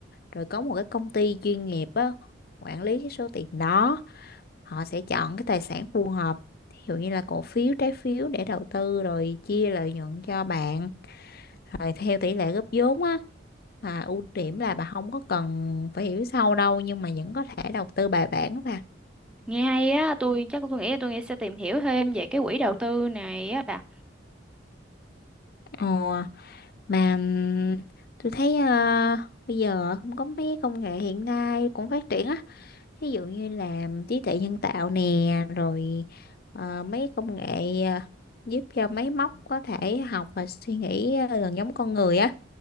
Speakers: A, on the left; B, in the centre.
A: rồi có một cái công ty chuyên nghiệp á quản lý cái số tiền đó họ sẽ chọn cái tài sản phù hợp ví dụ như là cổ phiếu trái phiếu để đầu tư rồi chia lợi nhuận cho bạn rồi theo tỷ lệ góp vốn á mà ưu điểm là bà không có cần phải hiểu sâu đâu nhưng mà vẫn có thể đầu tư bài bản mà
B: Nghe hay á, tôi chắc tôi nghĩ tôi nghĩ sẽ tìm hiểu thêm về cái quỹ đầu tư này á bà.
A: ờ, mà ừm, tôi thấy ờ, bây giờ cũng có mấy công nghệ hiện nay cũng phát triển á Ví dụ như là trí tuệ nhân tạo nè, rồi ờ, mấy công nghệ ờ, giúp cho máy móc có thể học và suy nghĩ ờ, gần giống con người á,